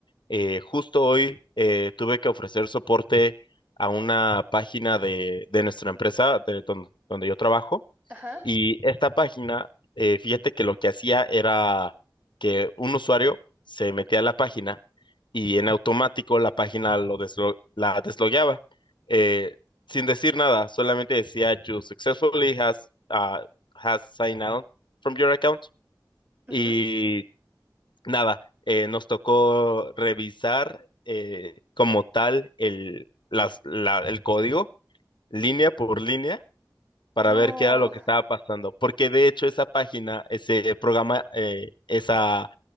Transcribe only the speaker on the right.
Ajá.
ujú.
No,